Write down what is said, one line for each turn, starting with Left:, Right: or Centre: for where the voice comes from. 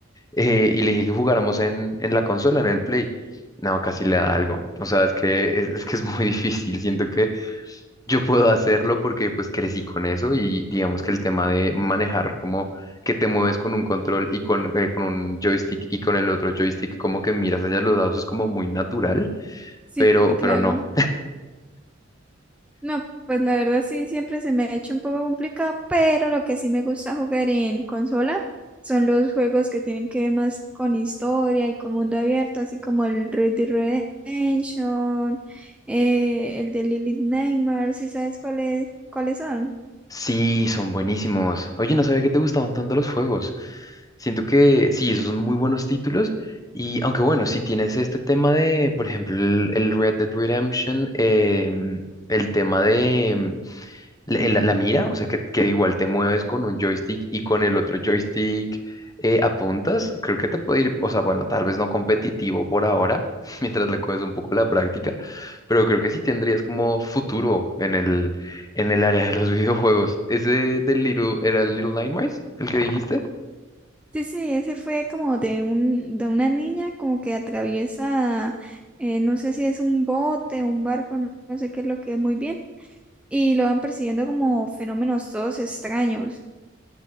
Left: eh, y le dije que jugáramos en, en la consola, en el Play. No, casi le da algo. O sea, es que es, es que es muy <laughs> difícil. Siento que yo puedo hacerlo porque pues crecí con eso y digamos que el tema de manejar como que te mueves con un control y con, eh, con un joystick y con el otro joystick como que miras hacia los dados es como muy natural,
Centre: Sí,
Left: pero,
Centre: claro.
Left: pero no.
Centre: No, pues la verdad sí, siempre se me ha hecho un poco complicado, pero lo que sí me gusta jugar en consola son los juegos que tienen que ver más con historia y con mundo abierto, así como el Red Dead Redemption, eh, el de Lilith Nightmares, ¿sí sabes cuáles cuáles son?
Left: Sí, son buenísimos. Oye, no sabía que te gustaban tanto los juegos. Siento que sí, esos son muy buenos títulos y aunque bueno, si tienes este tema de, por ejemplo, el, el Red Dead Redemption, em, el tema de, le- La, la mira, o sea que, que igual te mueves con un joystick y con el otro joystick eh, apuntas, creo que te puede ir, o sea, bueno, tal vez no competitivo por ahora, <laughs> mientras le coges un poco la práctica, pero creo que sí tendrías como futuro en el, en el área de los <laughs> videojuegos. ¿Ese del Little, era el Little Nightmares, el que dijiste?
Centre: Sí, sí, ese fue como de un, de una niña como que atraviesa, eh, no sé si es un bote, un barco, no no sé qué es lo que es muy bien, y lo van persiguiendo como fenómenos todos extraños.